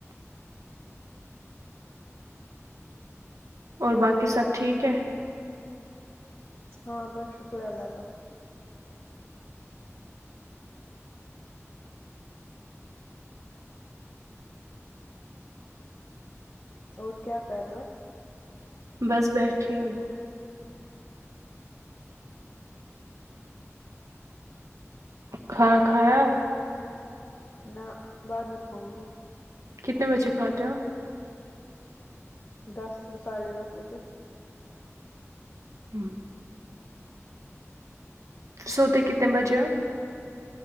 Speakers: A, on the right; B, on the left.
A: اور باقی سب ٹھیک ہے
B: ہاں بس شکرہے اللہ کا اور کیا کر رہے ہو
A: بس بیٹھی ہوں کھانا کھایا
B: نہ بعد میں کھاؤں گی
A: کتنے بجے کھاتے ہو
B: دس ساڑھے دس بجے
A: ہو سوتے کتنے بجے ہو